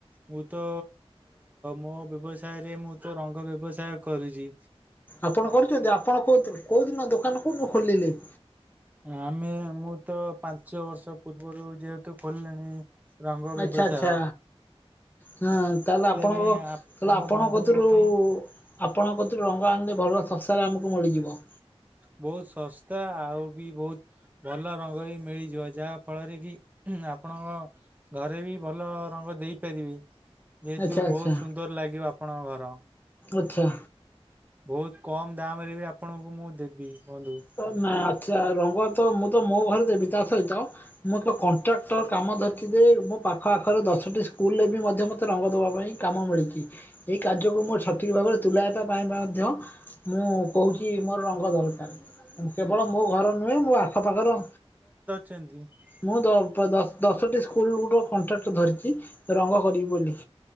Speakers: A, on the right (about 15°); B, on the left (about 20°).
A: ମୁଁ ତ ମୋ ବ୍ୟବସାୟ ରେ ମୁଁ ତ ରଙ୍ଗ ବ୍ୟବସାୟ କରୁଚି
B: ଆପଣ କରୁଚନ୍ତି ଆପଣ କୋଉ କୋଉଦିନ ଦୋକାନ କୋଉଦିନ ଖୋଲିଲେ?
A: ଆମେ ମୁଁ ତ ପାଞ୍ଚ ବର୍ଷ ପୂର୍ବରୁ ଯେହେତୁ ଖୋଲିଲେଣି ରଙ୍ଗ ବେବସାୟ
B: ଆଚ୍ଛା ଆଚ୍ଛା ହଁ ତାହେଲେ ଆପଣଙ୍କ
A: ବି
B: ତାହଲେ
A: ମୋ
B: ଆପଣଙ୍କ
A: ବନ୍ଧୁଙ୍କ
B: କଥିରୁ
A: ପାଇଁ
B: ଆପଣଙ୍କ କତିରୁ ରଙ୍ଗ ଆଣିଲେ ଭଲ ଶସାରେ ଆମକୁ ମିଳିଯିବ।
A: ବହୁତ୍ ଶସ୍ତା ଆଉ ବି ବହୁତ୍ ଭଲ ରଙ୍ଗ ବି ମିଳିଯିବ ଯାହା ଫଳରେ କି ଉଁ ଆପଣଙ୍କ ଘରେ ବି ଭଲ ରଙ୍ଗ ଦେଇପାରିବେ ଯେହେତୁ
B: ଆଚ୍ଛା ଆଚ୍ଛା
A: ବହୁତ୍ ସୁ ନ୍ଦର ଲାଗିବ ଆପଣଙ୍କ ଘର।
B: ଆଚ୍ଛା।
A: ବହୁତୁ କମ୍ ଦାମ ରେ ବି ଆପଣଙ୍କୁ ମୁଁ ଦେବି ବନ୍ଧୁ।
B: ତ ନାଇଁ ଆଚ୍ଛା ରଙ୍ଗ ତ ମୁଁ ତ ମୋ ଘରେ ଦେବି ତା ସହିତ ମୁଁ ତ କଣ୍ଟ୍ରାକ୍ଟର କାମ ଧରିଥିବି ମୋ ପାଖ ଆଖରେ ଦଶଟି ସ୍କୁଲୁରେ ବି ମଧ୍ୟ ମତେ ରଙ୍ଗ ଦେବା ପାଇଁ କାମ ମିଳିଚି ଏହି କାର୍ଯ୍ୟକୁ ମୁଁ ସଠିକ୍ ଭାବରେ ତୁଲାଇବା ପାଇଁ ମଧ୍ୟ ମୁଁ କହୁଚି ମୋର ରଙ୍ଗ ଦରକାର। କେବଳ ମୋ ଘର ନୁହେଁ ମୋ ଆଖ ପାଖର
A: ଚାନ୍ଦୀ <unintelligible>
B: ମୁଁ ଦ ଦଶଟି ସ୍କୁଲ ଗୋଟି କଣ୍ଟ୍ରାକ୍ଟ ଧରିଚି। ରଙ୍ଗ କରିଵି ବୋଲି।